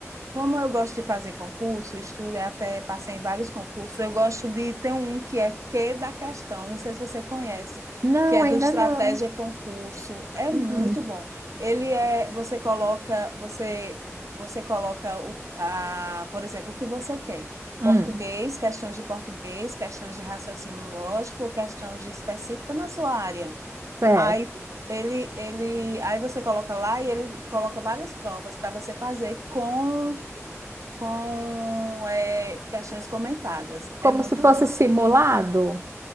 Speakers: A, on the right (about 80°); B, on the right (about 60°).
A: como eu gosto de fazer concurso, estudo e até passei em vários concursos, eu gosto de ter um que é que da questão, não sei se você conhece,
B: Não,
A: que é
B: ainda
A: do Estratégia
B: não.
A: Concurso. É
B: Hum,
A: muito bom. Ele é, você coloca, você você coloca o, a, por exemplo, o que você quer.
B: hum,
A: Português, questões de português, questões de raciocínio lógico, questões de específica na sua área.
B: certo.
A: Aí ele, ele, aí você coloca lá e ele coloca várias provas para você fazer com, com é, questões comentadas.
B: Como
A: É muito
B: se fosse
A: bom.
B: simulado?